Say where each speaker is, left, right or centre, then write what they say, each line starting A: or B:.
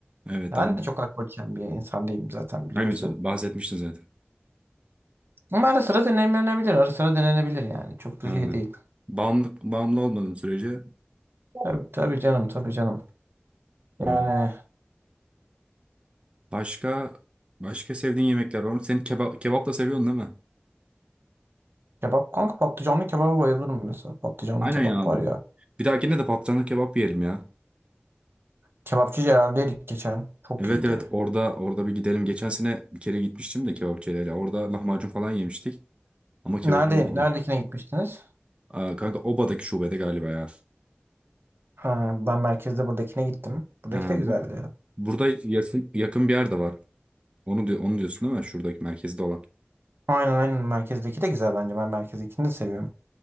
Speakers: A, on the right; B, on the right.
A: evet
B: Ben
A: anladım.
B: de çok alkol içen bir insan değilim zaten biliyorsun.
A: Aynen sö- bahsetmiştin zaten.
B: Ama ara sıra denenebilir. Ara sıra denenebilir yani. Çok da
A: Ha.
B: şey değil.
A: Bağımlı, bağımlı olmadığın sürece.
B: Tabii, tabii canım tabii canım.
A: Hı.
B: Yani
A: Başka başka sevdiğin yemekler var mı? Sen kebap, kebap da seviyorsun değil mi?
B: kebap kanka patlıcanlı kebaba bayılırım mesela. Patlıcanlı
A: Aynen
B: kebap
A: ya.
B: var ya.
A: Bir dahakine de patlıcanlı kebap yiyelim ya.
B: Kebapçı Celal'deydik geçen. Çok
A: Evet
B: iyiydi.
A: evet orada orada bir gidelim. Geçen sene bir kere gitmiştim de kebapçılara. Orada lahmacun falan yemiştik ama kebabı
B: Nerede,
A: yemedim.
B: neredekine gitmiştiniz?
A: Aa, kanka Oba'daki şubede galiba ya.
B: Ha, ben merkezde buradakine gittim. Buradaki
A: Ha,
B: de güzeldi.
A: bu burada yakın yakın bir yerde var. Onu diyor onu diyorsun değil mi? Şuradaki merkezde olan.
B: Aynen aynen merkezdeki de güzel bence. Ben merkezdekini de seviyorum.